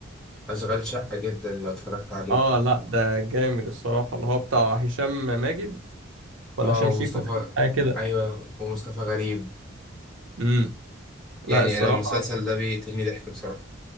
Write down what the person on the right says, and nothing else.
اه لا ده جامد الصراحة اللي هو بتاع هشام ماجد ولا
هشام
شيكو ده حاجة كده
امم
لا الصراحة